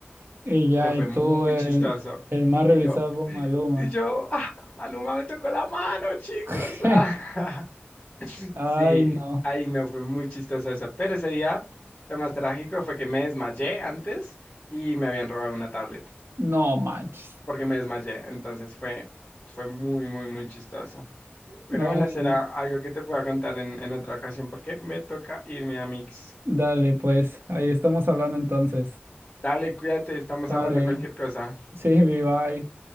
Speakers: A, on the right (about 65°); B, on the left (about 20°).
A: Y ya,
B: Pero fue
A: y tú,
B: muy
A: el,
B: chistoso.
A: el más
B: Y
A: revisado
B: yo,
A: por
B: <clears throat>
A: Maluma.
B: y yo, ah, Maluma me tocó la mano, chicos.
A: <laughs>
B: <laughs> <laughs>
A: Ay,
B: Sí,
A: no,
B: ahí no, fue muy chistoso eso. Pero ese día, lo más trágico fue que me desmayé antes y me habían robado una tablet
A: no manches.
B: porque me desmayé. Entonces fue, fue muy, muy, muy chistoso. Pero
A: No,
B: bueno, será
A: no.
B: algo que te pueda contar en, en otra ocasión porque me toca irme a Mix.
A: Dale, pues, ahí estamos hablando entonces.
B: Dale, cuídate, estamos
A: Dale.
B: hablando cualquier cosa.
A: Sí, bye.